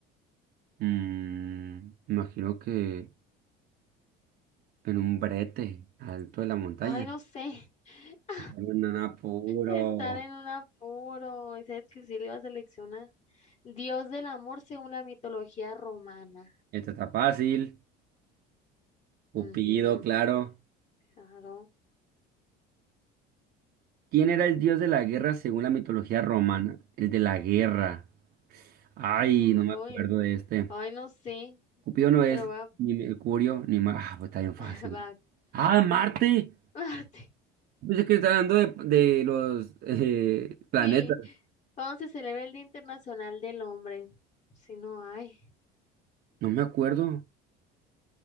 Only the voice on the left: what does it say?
Ay, no sé. <laughs>
Estar en un apuro. Y sabes que sí le iba a seleccionar. Dios del amor según la mitología romana.
Ujú,
claro.
Muy.
Ay, no sé,
pero va,
<laughs>
va a
Marte.
Sí, ¿cuándo se celebra el Día Internacional del Hombre? Si no hay.